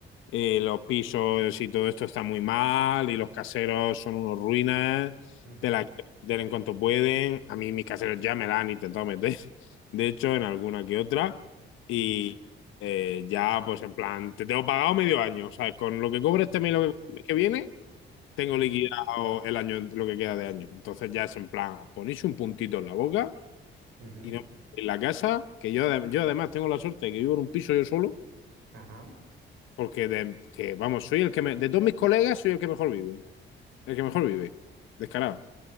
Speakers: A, on the left; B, on the right.
A: eh, los pisos y todo esto está muy mal y los caseros son unos ruinas,
B: ujú,
A: te la quieren meter en cuanto pueden. A mí mis caseros ya me la han intentado meter, <laughs> de hecho, en alguna que otra. Y
B: ujú,
A: eh, ya, pues en plan, te tengo pagado medio año, ¿sabes? Con lo que cobre este
B: ujú,
A: mes y lo que, que viene, tengo
B: Sí,
A: liquidado el año, lo que queda de año. Entonces ya es en plan, os ponéis un puntito en la boca
B: ujú,
A: y no, en la casa, que yo, adem- yo además tengo la suerte de que vivo en un piso yo solo,
B: ajá.
A: porque de, que, vamos, soy el que me- de todos mis colegas soy el que mejor vive, el que mejor
B: ujú.
A: vive, descarado. O